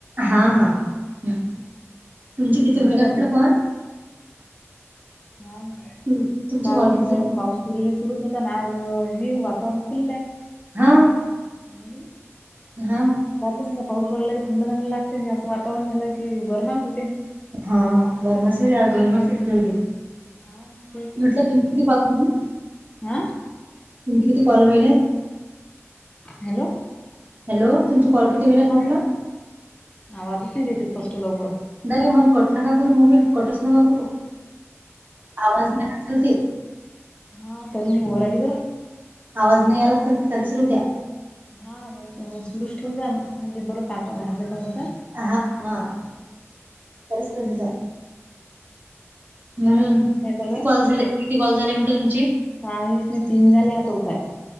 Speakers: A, on the right; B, on the left.
A: हा हा तुमची किती
B: झोपला
A: हुईला
B: दादू.
A: म्हटलं कॉल.
B: हा हा
A: हं, तुमचे
B: कालज
A: कॉल किती
B: नाही
A: झाले
B: पाऊस - हे सुरूच होतं आन आज हे वातावरण खुललंय.
A: हा.
B: नाय घिण.
A: हा.
B: बातूनीचा पाऊस पडला की थंड थंड लागतय आणि असं वातावरण झालं की गरमाय होतय.
A: हा गरमस गरमस येऊन राहिली
B: हा ना तेच
A: म्हटलं
B: ना.
A: तुमची किती कॉल झाले.
B: हा.
A: तुमची किती कॉल होईल्यात.
B: हॅलो.
A: हॅलो तुमचे कॉल किती होईल आहेत
B: हव
A: म्हटलं
B: आवाजच नई त्याच्यात स्पष्ट लवकर
A: नाय मग कट नका करू मोबाईल कटच नका करू आवाज नाही आला चालते.
B: हा तरी मी वर आली बर.
A: आवाज नाही आला चालते चालूच राहूद्या.
B: हा माई सुरुच ठेव जा म्हजे परत बॅकअप बाहेर जाता जाता
A: हा हा <unintelligible> जा हम
B: आणखी काय चालू
A: किती
B: आहे?
A: कॉल झाले. किती कॉल झाले. म्हटलं तुमचे.
B: काहीच नाही तीन झाले हा चौथा आहे.